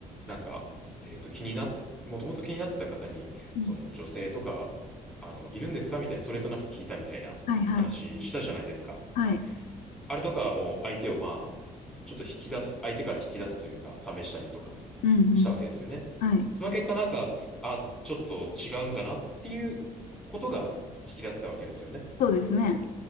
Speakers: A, in the centre; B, on the left.
A: なんか、えっと、気にな、もともと気になってた方に、
B: うん、
A: その、女性とか、あの、いるんですかみたいな、それとなく聞いたみたいな話したじゃないですか。
B: はい、はい。はい。
A: あれとかはもう相手を、まあ、ちょっと引き出す、相手から引き出すというか、試したりとか
B: うん、
A: したわけですよね。
B: うん。はい。
A: その結果なんか、あ、ちょっと違うんだなっていうことが引き出せたわけですよね。
B: そうですね。